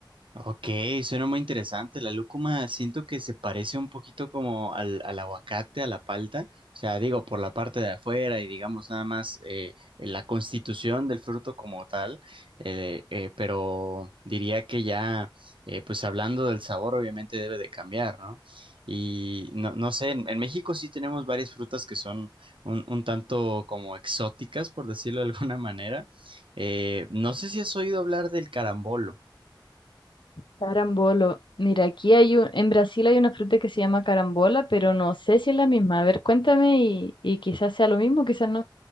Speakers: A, on the right (about 80°); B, on the left (about 70°).
A: Ok, suena muy interesante. La lúcuma siento que se parece un poquito como al, al aguacate, a la palta. O sea, digo, por la parte de afuera y digamos nada más eh, la constitución del fruto como tal. eh, eh, pero diría que ya, eh, pues hablando del sabor, obviamente debe de cambiar, ¿no? Y no, no sé, en, en México sí tenemos varias frutas que son un, un tanto como exóticas, por decirlo de alguna manera. Eh, no sé si has oído hablar del carambolo.
B: Carambolo. Mira, aquí hay un, en Brasil hay una fruta que se llama carambola, pero no sé si es la misma. A ver, cuéntame y, y quizás sea lo mismo, quizás no.